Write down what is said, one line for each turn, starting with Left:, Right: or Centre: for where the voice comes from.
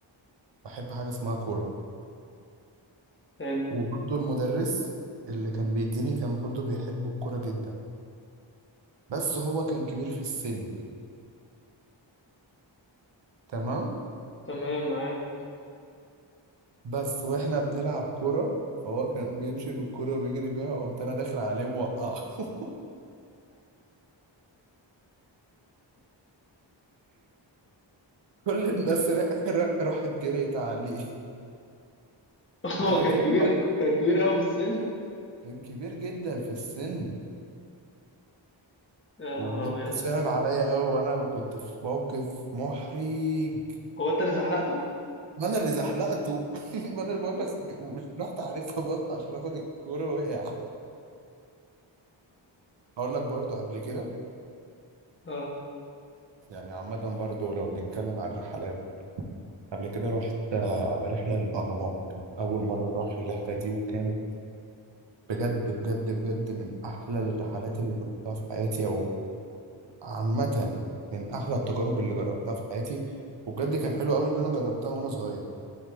Right: بحب حاجة اسمها كورة
Left: حلو
Right: وبرضه المدرس اللي كان بيديني كان برضه بيحب الكورة جدا بس هو كان كبير في السن تمام
Left: تمام معاك
Right: بس واحنا بنلعب كورة فهو كان بيمشي بالكورة وبيجري بيها قمت أنا داخل عليه موقعه <laughs> كل الناس ر- ر- راحت جريت عليه
Left: <laughs>
Right: ما
Left: هو كان
Right: اكيد
Left: كبير
Right: ما-
Left: كان كبير قوي في السن
Right: كان كبير جدا في السن
Left: يا نهار
Right: وبجد
Left: ابيض
Right: صعب عليا قوي وانا كنت في موقف محرج
Left: هو انت اللي زحلقته
Right: ما انا اللي زحلقته <laughs> ما انا اللي بقول لك مش رحت عليه خبطت عشان اخد الكوره وقع هقول لك برضو قبل كده
Left: اه
Right: يعني عامة برضو لو نتكلم عن الرحلات قبل كده رحت آه، رحلة للأهرامات كانت أول مرة أروح الرحلة دي وكانت بجد بجد بجد من أحلى الرحلات اللي رحتها في حياتي عامة من أحلى التجارب اللي جربتها في حياتي وبجد كان حلو قوي إن أنا جربتها وأنا صغير